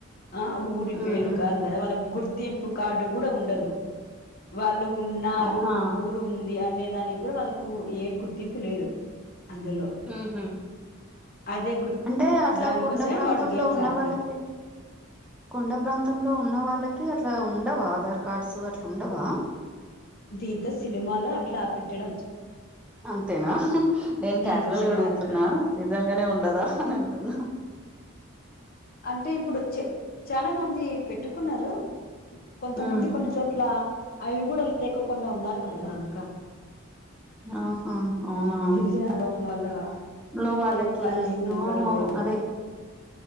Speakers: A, on the left; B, in the centre.
A: ఆ ఊరి
B: ఉమ్
A: పేరు
B: ఉమ్
A: కాదు కదా వాళ్ళకు గుర్తింపు కార్డు కూడా ఉండదు వాళ్ళ ళ్ళు ఉన్నారు
B: అవునా
A: ఒక ఊరు ఉంది అనే దానికి కూడా వాళ్ళకు ఏ గుర్తింపు లేదు అందులో
B: ఉహు
A: అదే గు
B: అంటే అట్లా
A: దానికోసమే
B: కొండ ప్రాంతంలో
A: వాడు గేమ్స్
B: ఉన్న
A: ఆడతారు
B: వాళ్ళకి కొండ ప్రాంతంలో ఉన్న వాళ్ళకి అట్లా ఉండవా ఆధార్ కార్డ్స్ అట్ల ఉండవా
A: దీంతో సినిమాలో అట్లా పెట్టడం
B: అంతేనా నేను క్యాజువల్
A: ఉమ్ సినిమాలు
B: గా అడుగుతున్నా నిజంగానే ఉండదా అని అం టున్నా
A: అంటే ఇప్పుడు చాలా మంది పెట్టుకున్నారు కొంతమంది
B: ఉమ్
A: కొన్ని చోట్ల అవి కూడా లేకోకుండా ఉన్నారు కదా ఇంకా
B: ఆహా అవునా
A: గిరిజనాలో ఉన్న వాళ్ళగా
B: లో వాళ్ళకి
A: వాళ్ళకు అలాంటివి కూడా
B: అవునవును
A: ఉండడం లేదు
B: అదే